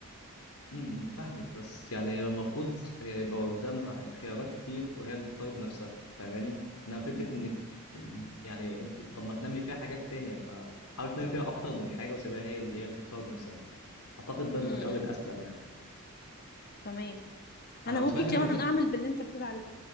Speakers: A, on the left; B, on the left.
A: امم فاهمك بس يعني هي المفروض هي يبقى قدامها خيارات كتير وهي اللي تختار بنفسها فاهماني انها فكره
B: مم.
A: انك ال- يعني انت طب ما تنمي فيها حاجات تانية فحاول تنمي فيها اكتر من حاجه وسيبها هي اللي هي اللي تختار بنفسها اعتقد ده الخيار
B: مم.
A: الاسلم يعني
B: تمام
A: انا
B: أنا
A: متفاهم
B: ممكن كمان
A: ان
B: أعمل باللي أنت بتقول عليه